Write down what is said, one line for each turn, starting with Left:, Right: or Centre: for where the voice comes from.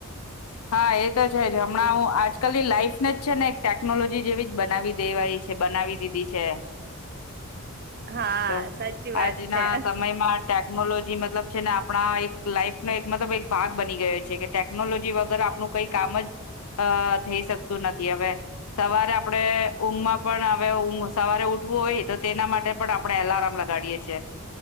Left: હા એ તો છે જ હમણાં હું આજકાલ લાઈફ ને જ છે ને એક ટેક્નોલોજી જેવી જ બનાવી દેવાય છે. બનાવી દીધી છે
Right: હા
Left: તો
Right: સાચી વાત
Left: આજના
Right: છે
Left: સમયમાં ટેકનોલોજી મતલબ છે ને આપણા એક લાઈફનો એક મતલબ એક ભાગ બની ગયો છે કે ટેકનોલોજી વગ વગર આપનું કઈ કામ જ અ થઈ શક્ તું નથી. હવે સવારે આપણે ઊંઘમાં પણ હવે ઘ સવારે ઉઠવું હોય તો તેના માટે પણ આપણે અલાર્મ લગાડીએ છીએ.